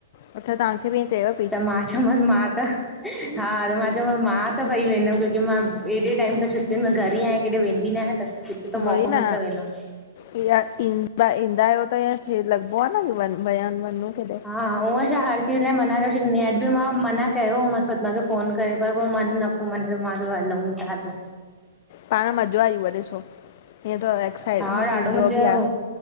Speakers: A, on the left (about 50°); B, in the centre.
A: अच्छा तव्हांखे बि ईअं चयव पई
B: त मां च चयमांसि मा त हा त मां चयोमाम मां त भई वेंदमि कुझु की मां एॾे टाइम सां छुट्टियुनि में घर ई आहियां किॾे वेंदी न आहियां त किथे त
A: वई
B: मौक़ो
A: न
B: मिले त वेंदमि
A: ईहा ईंदा ईंदा आयो त इय लॻबो आ न वन वया वञूं किॾे।
B: हा उअं छा हर चीज़ लाइ मना करे छॾीदीं आया, ॿयो मां मना कयो मास पर पऐजो फ़ोनु करे पर पो मने न पो मन चयो मां चयो हलऊं ता जो
A: पाण मज़ो आयो उव ॾिसो, इएं त एक्साइट
B: हा
A: हो थींदो
B: ॾाढो मज़ो
A: बि
B: आयो
A: आ,